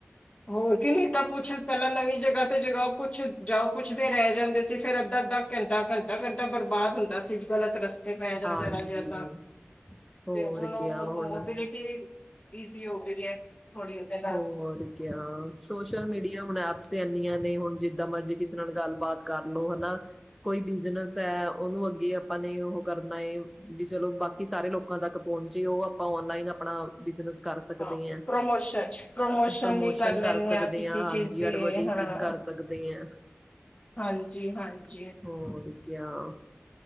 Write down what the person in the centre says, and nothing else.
ਹਾਂਜੀ
ਹੋਰ
ਕਿਆ
ਹੁਣ
ਹੋਰ ਕਿਆ ਸੋਸ਼ਲ ਮੀਡੀਆ ਹੁਣ ਐਪਸ ਏਨੀਆ ਨੇ ਹੁਣ ਜਿਦਾਂ ਮਰਜੀ ਕਿਸੇ ਨਾਲ ਗੱਲ ਬਾਤ ਕਰਲੋ ਹੈਨਾ, ਕੋਈ ਬਿਜਨਸ ਐ ਓਨੂੰ ਅਗੇ ਆਪਾਂ ਨੇ ਉਹ ਕਰਨਾ ਏ ਵੀ ਚਲੋ ਬਾਕੀ ਸਾਰੇ ਲੋਕਾਂ ਤਕ ਪਹੁੰਚੇ ਉਹ ਅਪਨਾ ਔਨਲਾਈਨ ਅਪਣਾ ਬਿਜ਼ਨਸ ਕਰ ਸਕਦੀ
ਆਂ।
ਪ੍ਰਮੋਸ਼ਨ
ਕਰ ਸਕਦੇ
ਆ ਹਾਂਜੀ
ਐਡਵਰਟੀਜਿੰਗ
ਕਰ ਸਕਦੇ ਆ,
ਹੋਰ ਕਿਆ